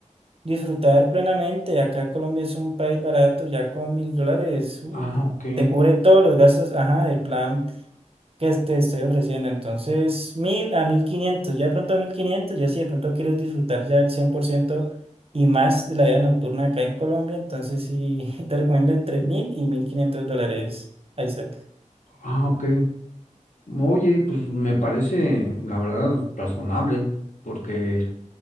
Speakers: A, on the right; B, on the left.
A: Disfrutar plenamente. Acá Colombia es un país barato, ya con mil dólares uh,
B: Ah, ok.
A: te cubre todos los gastos, ajá, del plan que te estoy ofreciendo. Entonces, mil a mil quinientos, ya de pronto mil quinientos, ya si de pronto quieres disfrutar ya el 100% y más de la vida nocturna acá en Colombia, entonces sí, <laughs> te recomiendo entre mil y mil quinientos dólares, Isaac.
B: Ah, ok. Oye, pues me parece, la verdad, razonable, porque